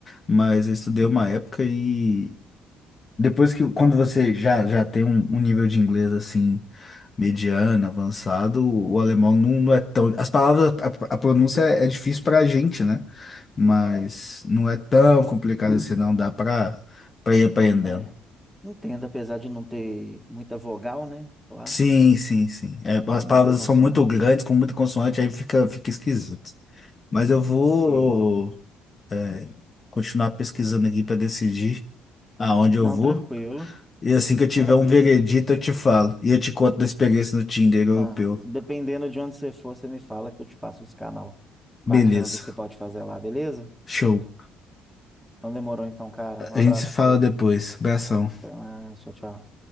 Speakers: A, on the left (about 30°); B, in the centre.
A: mas eu estudei uma época e depois que, quando você já, já tem um, um nível de inglês assim, mediano, avançado, o alemão não, não é tão, as palavras, a, a pronúncia é difícil pra gente, né? Mas não é tão complicado assim, não dá pra, pra ir aprendendo.
B: É. Entendo, apesar de não ter muita vogal, né? Lá,
A: Sim, sim, sim. É, as
B: tem
A: palavras
B: muita consoante.
A: são muito grandes, com muita consoante, aí fica, fica esquisito. Mas eu vou
B: Sim.
A: é, continuar pesquisando aqui para decidir aonde eu
B: Não,
A: vou.
B: tranquilo.
A: E assim que eu
B: Faz
A: tiver um
B: isso.
A: veredito, eu te falo. E eu te conto da experiência no Tinder europeu.
B: Ah, dependendo de onde você for, você me fala que eu te passo os canal
A: Beleza.
B: bacana do que você pode fazer lá, beleza?
A: Show.
B: Então demorou então, cara. Um
A: A
B: abraço
A: gente se fala
B: pra você.
A: depois. Abração.
B: Até mais. Tchau, tchau.